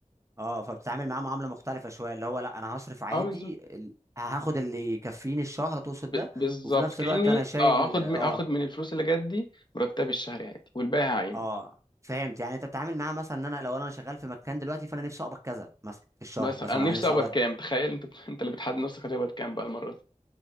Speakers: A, on the right (about 25°); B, on the left (about 35°).
A: اه فبتتعامل معاها معامله مختلفه شويه اللي هو لا انا هصرف عادي
B: اه
A: ال- هاخد اللي يكفيني الشهر تقصد
B: ب-
A: ده
B: بالظبط
A: وفي نفس
B: كأني
A: الوقت انا شايل
B: اه هاخد
A: اه
B: م- هاخد من الفلوس اللي جت دي مرتبي الشهري عادي والباقي هعينه
A: اه فهمت يعني انت بتتعامل معاها مثلا ان انا لو انا شغال في مكان دلوقتي فانا نفسي اقبض كذا مثلا في الشهر
B: بس انا
A: مثلا انا
B: نفسي
A: نفسي
B: اقبض
A: اقبض
B: كام تخيل انت <laughs> انت اللي بتحدد نفسك هتقبض كام بقى المره دي